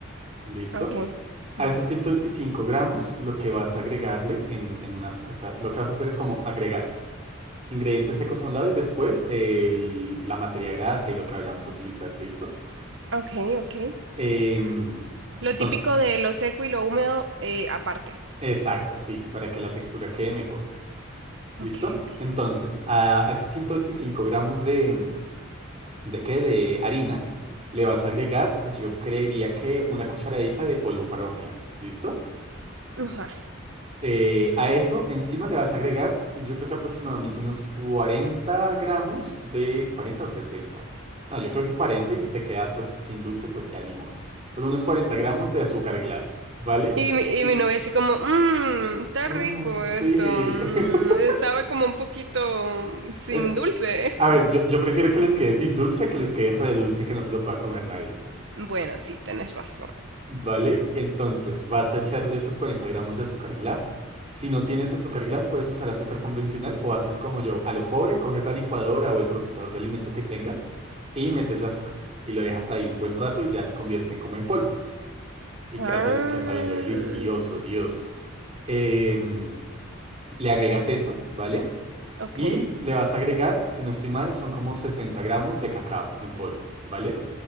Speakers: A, on the right; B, on the right.
A: ¿Listo?
B: Ok,
A: A
B: ya.
A: esos 125 gramos, lo que vas a agregarle en, en una... O sea, lo que vas a hacer es como agregar ingredientes secos a un lado y después el- la materia grasa y lo que vayamos a utilizar, ¿listo?
B: Ok, ok.
A: Em,
B: Lo
A: entonces,
B: típico de lo seco y lo húmedo, eh, aparte.
A: exacto, sí, para que la textura quede mejor. ¿Listo?
B: Ok, ok.
A: Entonces, a a esos 125 gramos de, ¿De qué? De harina. Le vas a agregar, yo creería que una cucharadita de polvo para hornear. ¿Listo?
B: Ajá.
A: Eh, a eso encima le vas a agregar, yo creo que aproximadamente unos 40 gramos de 40 o sesenta No, yo creo que 40 y si te queda pues sin dulce, pues ya ni modos. Pero unos 40 gramos de azúcar glass, ¿vale?
B: Y, mi- y
A: Y-
B: mi novia así como, mmm, está
A: Mm,
B: rico
A: sí.
B: esto, mm,
A: <laughs>
B: sabe como un poquito sin
A: Es-
B: dulce.
A: a ver, yo, yo prefiero que les quede sin dulce a que les quede re dulce que no se lo pueda comer nadie.
B: Bueno, sí, tenés razón.
A: Vale, entonces vas a echarle esos 40 gramos de azúcar glass. Si no tienes azúcar glass, puedes usar azúcar convencional o haces como yo, a lo pobre, coges la licuadora o el procesador de alimento que tengas y metes el azúcar. Y lo dejas ahí un buen rato y ya se convierten como en polvo. Y
B: Ah,
A: queda, sa- queda sabiendo delicioso, Dios. Em, le agregas eso, ¿vale?
B: ok,
A: Y le vas a agregar, si no estoy mal, son como 60 gramos de cacao en polvo, ¿vale?